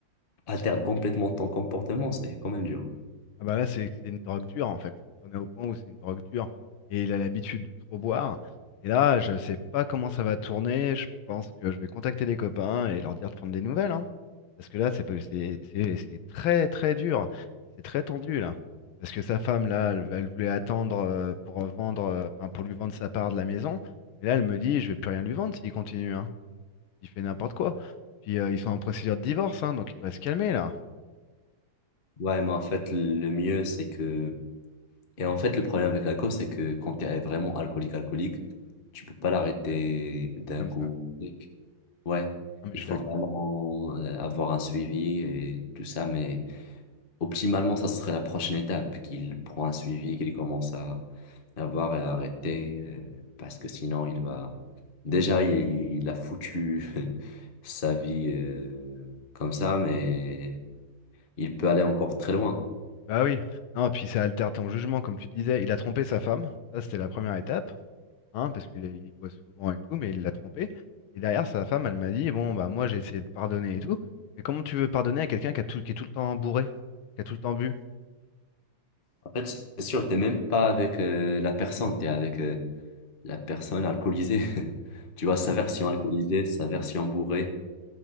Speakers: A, on the left; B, on the left.
A: alterne complètement ton comportement, c'est quand même dur.
B: Ah bah là, c'est c'est une drogue dure en fait. On est au point où c'est une drogue dure et il a l'habitude de trop boire. Et là, je sais pas comment ça va tourner. Je pense que je vais contacter les copains et leur dire de prendre des nouvelles, hein. Parce que là, c'est pas- c'est c'est- c'est très très dur. C'est très tendu là. Parce que sa femme là, elle, elle voulait attendre euh, pour vendre, euh, enfin, pour lui vendre sa part de la maison. Mais là, elle me dit, je vais plus rien lui vendre s'il continue, hein. Il fait n'importe quoi. Puis euh, ils sont en procédure de divorce, hein, donc il devrait se calmer là,
A: Ouais, mais en fait, le mieux, c'est que... Et en fait, le problème avec l'alcool, c'est que quand tu es vraiment alcoolique, alcoolique, tu peux pas l'arrêter d'un
B: comme
A: coup.
B: ça.
A: Ouais,
B: Ah mais
A: il
B: je suis
A: faut
B: d'accord.
A: vraiment euh, avoir un suivi et tout ça, mais optimalement, ça serait la prochaine étape, qu'il prend un suivi, qu'il commence à avoir et à arrêter, euh, parce que sinon, il va... Déjà, il, il a foutu <laughs> sa vie euh, comme ça, mais il peut aller encore très loin.
B: Bah oui, non, puis ça altère ton jugement, comme tu disais. Il a trompé sa femme, ça c'était la première étape, hein, parce qu'il il boit souvent et tout, mais il l'a trompé. Et derrière, sa femme, elle m'a dit, bon, bah moi j'ai essayé de pardonner et tout, mais comment tu veux pardonner à quelqu'un qui a tout, qui est tout le temps bourré, qui a tout le temps bu?
A: En fait, c'est sûr, t'es même pas avec euh, la personne, t'es avec euh, la personne alcoolisée. <laughs> Tu vois, sa
B: Ouais,
A: version alcoolisée, sa version bourrée.